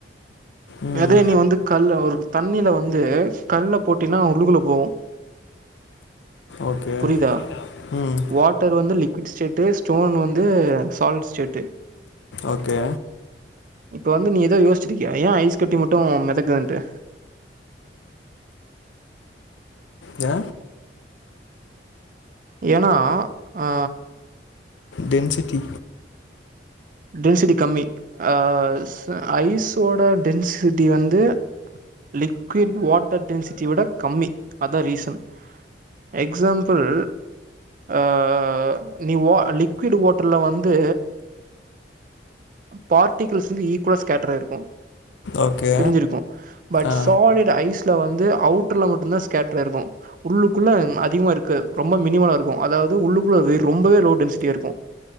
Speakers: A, on the left; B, on the right.
A: ம்
B: மேதே நீ வந்து கல்ல ஒரு தண்ணில வந்து கல்ல போட்டினா உள்ளுகுல போவு
A: ஓகே
B: புரியுதா
A: ம்
B: வாட்டர் வந்து லிக்விட் ஸ்டேட்டு ஸ்டோன் வந் து சால்ட் ஸ்டேட்டு
A: ஓகே
B: இப்ப வந்து நீ ஏதோ யோசிச்சிருக்கியா ஏ ஐஸ் கட்டி மட்டு மெதக்குதுன்ட்டு
A: எ
B: ஏனா ஆ
A: டென்சிட்டி
B: டென்சிட்டி கம்மி ஆ ச ஐஸோட டென்சிட்டி வந்து லிக்விட் வாட்டர் டென்சிட்டி விட கம்மி அதா ரீசன் எக்ஸாம்பிள் ஆ நீ வா லிக்விட் வாட்டர்ல வந் து பார்ட்டிகல்ஸ் வந்து ஈக்குலா ஸ்கேட்டரா இருக்கு
A: ஓகே
B: பிரிஞ்சிருக்கு பட்
A: ஆ
B: சாலிட் ஐஸ்ல வந்து அவுட்டர்ல மட்டுதா ஸ்கேட்டரா இருக்கு உள்ளுக்குள்ள அதிகமா இருக்க ரொம்ப மினிமலா இருக்கு அதாவது உள்ளுக்குள்ள வெ ரொம்பவே லோடு டென்சிட்டியா இருக்கு